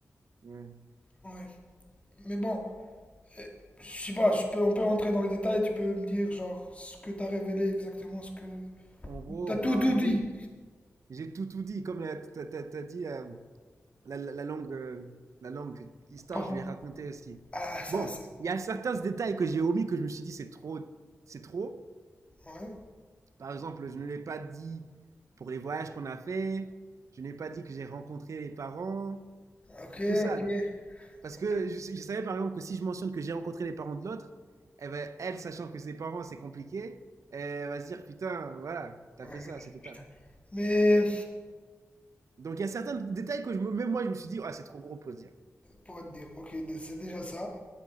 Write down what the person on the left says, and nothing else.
Ouais. Mais bon, euh, je sais pas, je peux, on peut rentrer dans les détails, tu peux me dire genre ce que t'as révélé exactement, ce que...
T'as
tout, tout dit.
Pardon.
Ah, ça,
ça.
Ouais.
Ok,
ok.
ok.
Ouais,
putain. Mais,
pour te dire, ok, c'est déjà ça.